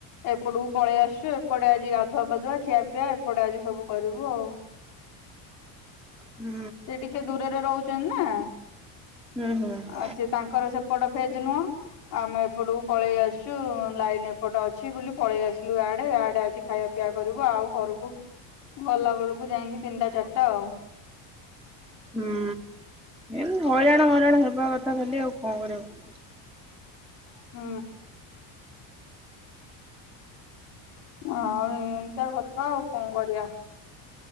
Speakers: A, on the left; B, in the centre.
A: ଏପଟକୁ ପଳେଇ ଆସଛୁ ଏପଟେ ଆଜି ଗାଧୁଆ ପାଧୁଆ ଖିଆ ପିଆ ଏପଟେ ଆଜି ସବୁ କରିବୁ ଆଉ।
B: ହୁଁ
A: ସେ ଟିକେ ଦୂରରେ ରହୁଛନ୍ତି ନା।
B: ହୁଁ ହୁଁ।
A: ଆଉ ସେ ତାଙ୍କର ସେପଟ ଫେଜେ ନୁହଁ। ଆମେ ଏପଟକୁ ପଳେଇ ଆସିଛୁ ଲାଇନ ଏପଟେ ଅଛି ବୋଲି ପଳେଇ ଆସିଲୁ ଏଆଡେ ଏଆଡେ ଆଜି ଖାଇବା। ଶୁଖିଲା କରିବୁ ଆଉ ଘରକୁ ଗଲା ବେଳକୁ ଯାଇକି ତିନିଟା ଚାରଟା ଆଉ।
B: ହୁଁ ଏ ହଇରାଣ ହଇରାଣ ହେବା କଥା ଖାଲି ଆଉ କଣ କରିବା।
A: ହୁଁ। ଆଉ ଏମିତି କଥା ଆଉ କଣ କରିବା।